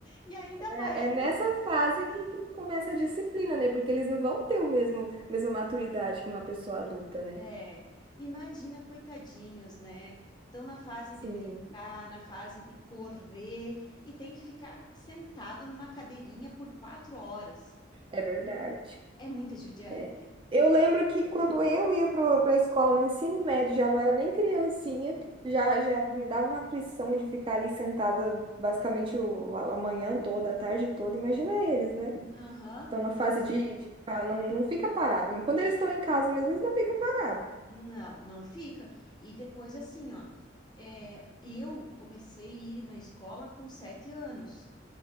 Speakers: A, on the left (about 25°); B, on the right (about 30°).
A: E ainda
B: É,
A: mais,
B: é
A: com-
B: nessa fase que, que começa a disciplina, né? Porque eles não vão ter o mesmo, mesma maturidade que uma pessoa adulta, né?
A: é, imagina, coitadinhos, né? Estão na fase
B: Sim,
A: de brincar, na fase de correr e tem que ficar sentado numa cadeirinha por quatro horas.
B: é verdade.
A: É muita judiaria.
B: É. Eu lembro que quando eu ia para a escola no ensino médio, já não era nem criancinha, já, já me dava uma aflição de ficar ali sentada basicamente o, a a manhã toda, a tarde toda. Imagina eles, né?
A: Aham.
B: Estão na fase de, de ficar- não, não fica parado. E quando eles estão em casa mesmo, eles não ficam parados.
A: Não, não fica. E depois, assim, ó, é, eu comecei a ir na escola com sete anos.